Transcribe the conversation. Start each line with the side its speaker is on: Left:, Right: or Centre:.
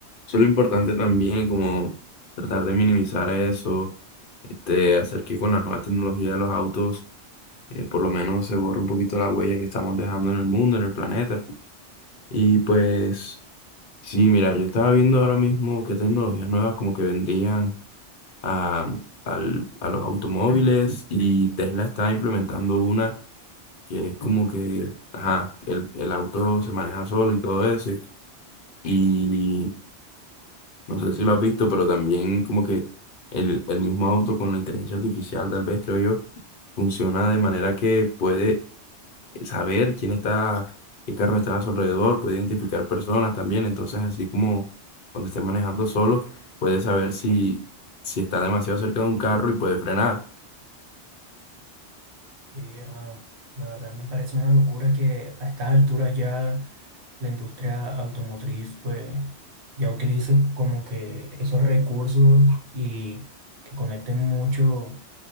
Left: Eso es lo importante también, como tratar de minimizar eso, este, hacer que con las nuevas tecnologías de los autos, eh, por lo menos se borre un poquito la huella que estamos dejando en el mundo, en el planeta. Y pues, sí, mira, yo estaba viendo ahora mismo qué tecnologías nuevas como que vendrían a, al- a los automóviles y Tesla está implementando una que es como que, ajá, el, el auto se maneja solo y todo eso. Y No sé si lo has visto, pero también como que el, el mismo auto con la inteligencia artificial, tal vez creo yo, funciona de manera que puede saber quién está, qué carro está a su alrededor, puede identificar personas también. Entonces, así como cuando esté manejando solo, puede saber si, si está demasiado cerca de un carro y puede frenar.
Right: Sí, hermano, la verdad me parece una locura que a estas alturas ya la industria automotriz pues ya utilice como que esos recursos y que conecten mucho